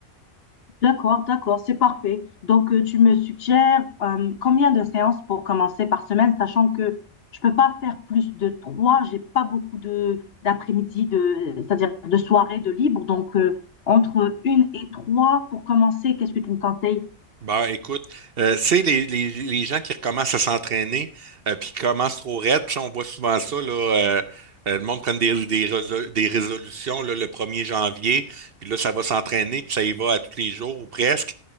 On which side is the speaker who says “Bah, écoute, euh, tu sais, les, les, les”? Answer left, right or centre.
Right